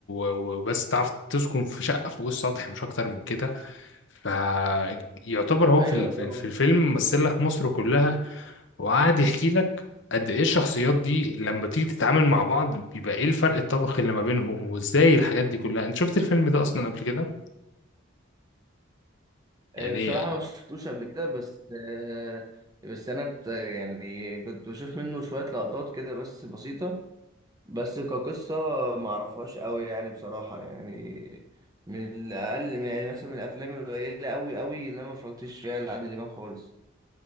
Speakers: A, on the left (about 60°); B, on the right (about 20°).
A: و- وبس تعرف تسكن في شقة فوق السطح مش أكتر من كده فيعتبر هو
B: ايوه
A: في ال-
B: طبعا
A: في ال- في الفيلم مثل لك مصر كلها وقعد يحكي لك قد ايه الشخصيات دي لما تيجي تتعامل مع بعض بيبقى ايه الفرق الطبقي اللي ما بينهم وازاي الحاجات دي كلها انت شفت الفيلم ده اصلا قبل كده
B: آه،
A: يعني
B: بصراحة ما شفتوش قبل كده بس آه، بس انا ت- يعني كنت بشوف منه شوية لقطات كده بس بسيطة بس كقصة ما اعرفهاش قوي يعني بصراحة يعني من الاقل يعني مثلا من الافلام القليلة قوي قوي اللي انا ما اتفرجتش فيها لعادل امام خالص